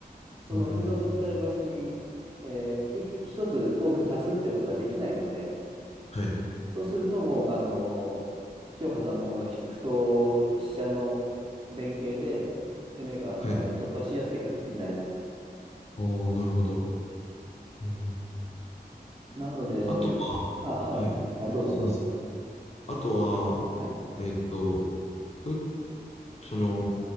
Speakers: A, on the right (about 35°); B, on the left (about 40°).
A: その歩がぶつかる場所に、
B: うん。
A: えー、い1つ多く足すってことができないので、
B: はい、
A: そうするともう、あのー清香さんの方のひ歩と飛車の連携で、攻めがかなり突破しやすい形になります。
B: はい。おお、なるほど。うん。
A: なので、
B: あとは、
A: あ、はい、
B: はい。
A: あ、どうぞどうぞ。
B: すみません。あとは、
A: はい、
B: えっと、う、その、